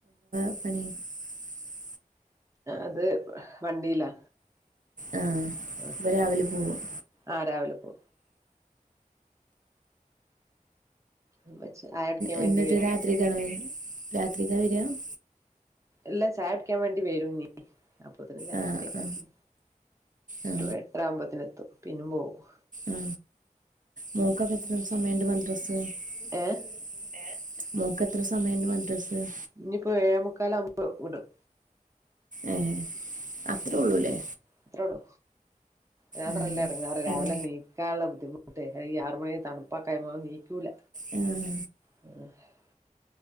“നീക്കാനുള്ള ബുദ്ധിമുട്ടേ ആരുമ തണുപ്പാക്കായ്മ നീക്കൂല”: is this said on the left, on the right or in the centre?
Right